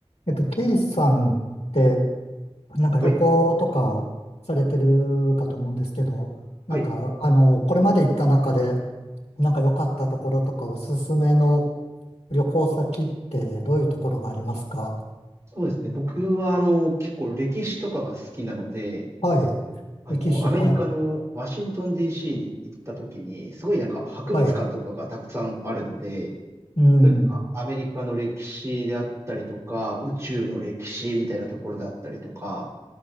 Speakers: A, on the left; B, on the right.
A: えっと、ケイさんって、なんか旅行とかされてるかと思うんですけど、
B: はい、
A: なんか、
B: はい、
A: あの、これまで行った中で、なんか良かったところとかおすすめの旅行先ってどういうところがありますか
B: そうですね。僕は、あの、結構歴史とかが好きなので、
A: はい。
B: あの、
A: 歴史、
B: アメリカのワシントン
A: はい。
B: DC に行った時に、すごいなんか博物館とかがたくさんあるので、
A: はい。うん。
B: そういうなんかアメリカの歴史であったりとか、宇宙の歴史みたいなところであったりとか、